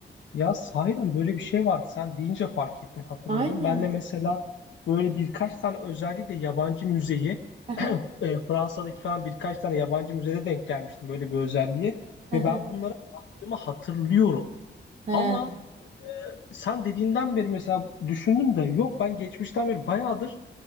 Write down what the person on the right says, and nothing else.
Aynen.
Aha,
aha.
He,